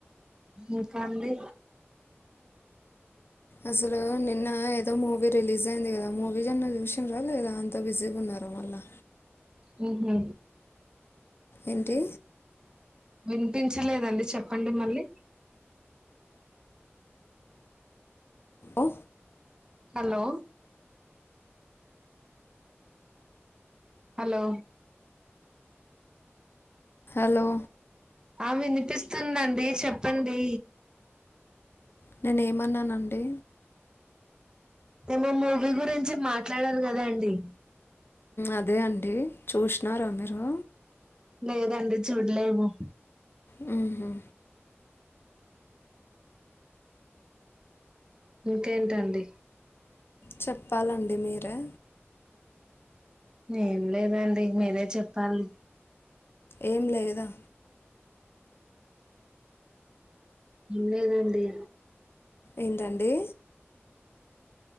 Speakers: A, on the right; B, on the left.
A: ఇంకా అండి
B: అసలు నిన్న ఏదో మూవీ రిలీజ్ అయింది కదా, మూవీ జ్ అన్నా చూసిన్ర లేదా అంత బిజీగా ఉన్నారా మళ్ళా
A: హ్ హు
B: ఏంటి
A: వినిపించలేదండి చెప్పండి మళ్ళీ
B: ఓ
A: హలో హలో
B: హలో
A: ఆ వినిపిస్తుందండి చెప్పండి
B: నేనే ఏమన్నానండి
A: మేమ మూవీ గురించి మాట్లాడరు కదా అండి
B: అదే అండి చూసినార మీరు
A: లేదండి చూడలేవు
B: మ్
A: ఇంకేంటండి
B: చెప్పాలండి మీరే
A: ఏం లేదండి మీరే చెప్పాలి
B: ఏం లేదా
A: లేదండి
B: ఏంటండి